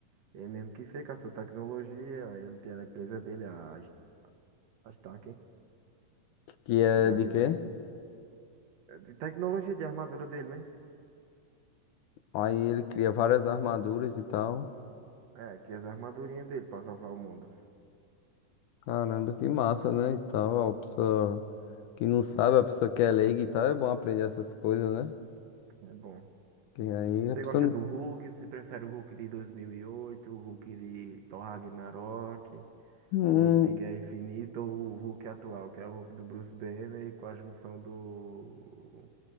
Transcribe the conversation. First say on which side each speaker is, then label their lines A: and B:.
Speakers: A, on the right (about 60°); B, on the left (about 80°).
A: Ele mesmo que fez com a sua tecnologia, ele tem a empresa dele, a, S- a Stark,
B: Que é
A: que já
B: de
A: viu
B: quê?
A: do, de tecnologia de armadura dele, né?
B: Aí ele cria várias armaduras e tal.
A: É, que as armadurinhas dele pra salvar o mundo.
B: Caramba, que massa, né? E tal. A pessoa que não sabe, a pessoa que é leiga e tal, é bom aprender essas coisas, né?
A: É bom.
B: Que aí
A: Você
B: a pessoa.
A: gosta
B: não-
A: do Hulk? Você prefere o Hulk de 2008, o Hulk de Thor Ragnarok,
B: Hum,
A: o Hulk de Guerra Infinita ou o Hulk atual, que é o Hulk do Bruce Banner com a junção do